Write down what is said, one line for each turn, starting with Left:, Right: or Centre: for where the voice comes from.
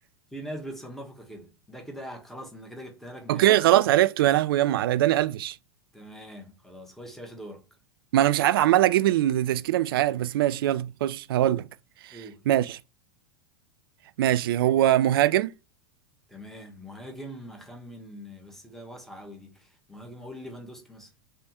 Centre: في ناس بتصنفك كده ده كده خلاص انا كده جبتها لك من
Right: اوكي
Centre: الاخر
Right: خلاص عرفته يا لهوي يما على داني الفيش
Centre: تمام خلاص خش يا باشا دورك
Right: ما انا مش عارف عمال اجيب التشكيله مش عارف بس ماشي يلا خش هقول لك
Centre: قول
Right: ماشي ماشي هو مهاجم
Centre: تمام مهاجم اخمن بس ده واسعه قوي دي مهاجم اقول ليفاندوسكي مثلا